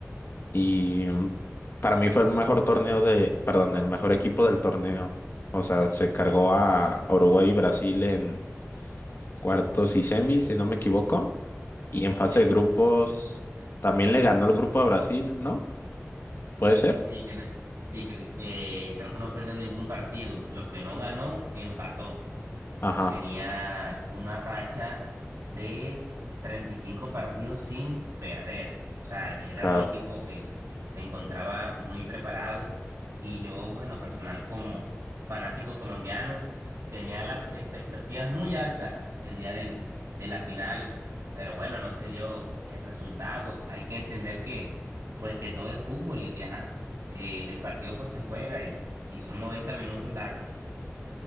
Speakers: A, on the left; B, on the right.
A: y mm, para mí fue el mejor torneo de, perdón, el mejor equipo del torneo. O sea, se cargó a Uruguay y Brasil en cuartos y semis, si no me equivoco, y en fase
B: Sí,
A: de grupos también le ganó el grupo a Brasil, ¿no? ¿Puede ser?
B: sí, que, no- sí, cre- eh, creo que no perdió ningún partido. Los que no ganó, empató.
A: Ajá.
B: tenía una racha de 35 partidos sin perder. O sea, era
A: claro.
B: un equipo que se encontraba muy preparado y yo, pues en lo personal, como fanático colombiano, tenía las expectativas muy altas el día del, de la final, pero bueno, no se dio el resultado. Hay que entender que, pues que todo es fútbol y que, ajá, eh, el partido pues se juega y, y son 90 minutos largos.